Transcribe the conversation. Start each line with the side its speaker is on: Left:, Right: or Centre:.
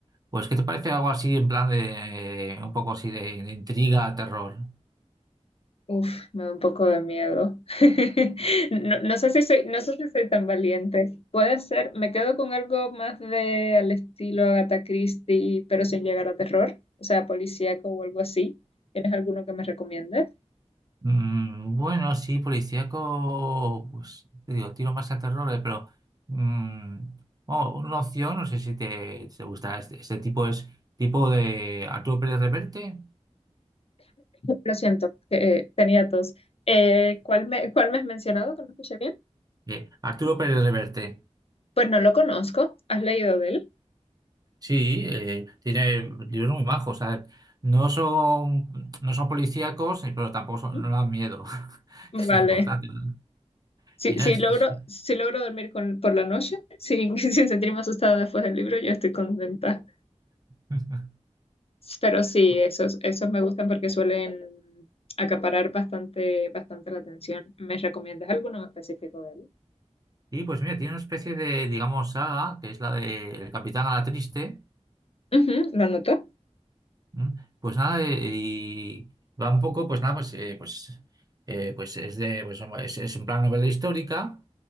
Right: pues ¿qué te parece algo así en plan de un poco así de, de intriga, terror?
Left: Uf, me da un poco de miedo. <laughs> No, no sé si soy, no sé si soy tan valiente. Puede ser, me quedo con algo más de al estilo Agatha Christie, pero sin llegar a terror, o sea, policíaco o algo así. ¿Tienes alguno que me recomiendes?
Right: Mm, bueno, sí, policíaco, pues te digo, tiro más a terror, eh, pero mm, oh, una opción, no sé si te, si te gusta este, este tipo es tipo de Arturo Pérez Reverte.
Left: Lo siento, eh, tenía dos. Eh, ¿cuál me, cuál me has mencionado que no escuché bien?
Right: Eh, Arturo Pérez Reverte.
Left: Pues no lo conozco. ¿Has leído de él?
Right: Sí, eh, tiene libros muy majos, a ver, No son, no son policíacos, eh, pero tampoco son-
Left: ¿Mm?
Right: no dan miedo, <laughs>
Left: Vale.
Right: que es lo importante, ¿no?
Left: Si,
Right: Y nada,
Left: si
Right: es-
Left: logro,
Right: es-
Left: si logro dormir con, por la noche, sin, <laughs> sin sentirme asustada después del libro, yo estoy contenta.
Right: <laughs>
Left: Pero sí,
Right: pues-
Left: esos, esos me gustan porque suelen acaparar bastante, bastante la atención. ¿Me recomiendas alguno en específico de él?
Right: Y pues mira, tiene una especie de, digamos, saga, que es la de El Capitán Ala Triste,
Left: Ujú, ¿lo anotó?
Right: Mm, Pues nada, eh, y va un poco, pues nada, pues, eh, pues, eh, pues es de, pues hombre, es, es en plan novela histórica